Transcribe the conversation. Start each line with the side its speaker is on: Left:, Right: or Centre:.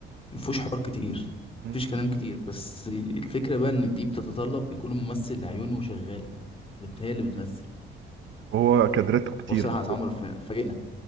Left: مفهوش حوار كتير
Right: مم.
Left: مفيش كلام كتير بس الفكرة بقى ان دي بتتطلب بيكون الممثل عيونه شغالة بت- هي اللي بتمثل
Right: هو كادرته كتير
Left: وبصراحة عصام عمر ف- فاجئنا